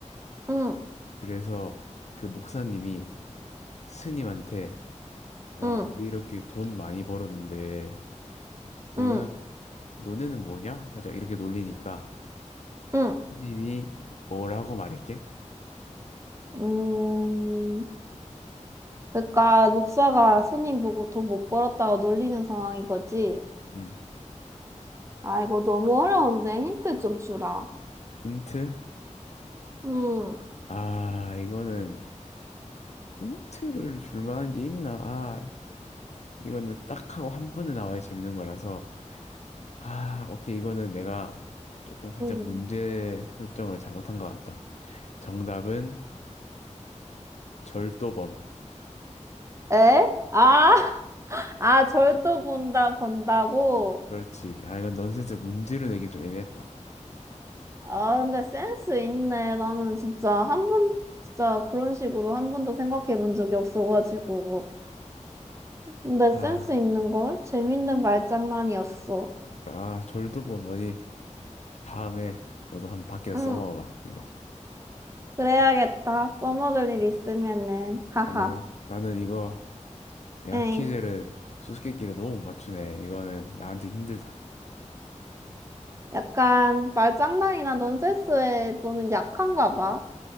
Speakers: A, on the right; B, on the left.
A: 응,
B: 그래서 그 목사님이 스님한테, 야,
A: 응,
B: 우리 이렇게 돈 많이 벌었는데, 너는,
A: 응,
B: 너네는 뭐냐? 살짝 이렇게 놀리니까,
A: 응.
B: 스님이 뭐라고 말할게?
A: 음, 그러니까 목사가 스님 보고 돈 못 벌었다고 놀리는 상황인 거지.
B: 음,
A: 아, 이거 너무 어려운데 힌트 좀 주라.
B: 힌트?
A: 응,
B: 아, 이거는 힌트를 줄 만한 게 있나? 아, 이거는 딱 하고 한 번에 나와야 재밌는 거라서 아, 오케이. 이거는 내가 조금 살짝
A: 응.
B: 문제 설정을 잘못한 것 같다. 정답은 절도범.
A: 에? 아, <laughs> 아, 절도 본다, 본다고?
B: 그렇지. 아, 이건 넌센스 문제로 내기 좀 애매했다.
A: 아, 근데 센스 있네. 나는 진짜 한 번, 진짜 그런 식으로 한 번도 생각해 본 적이 없어가지고. 근데
B: 아,
A: 센스 있는 걸? 재밌는 말장난이었어.
B: 그러니까 아, 절도범 뭐니? 다음에 너도 한번 밖에서
A: 응
B: 써먹어봐. 이거.
A: 그래야겠다. 써먹을 일 있으면은. 하하.
B: 아이고, 나는 이거 내가
A: 엥.
B: 퀴즈를 수수께끼를 너무 못 맞추네. 이거는 나한테 힘들다.
A: 약간 말장난이나 넌센스에 너는 약한가 봐.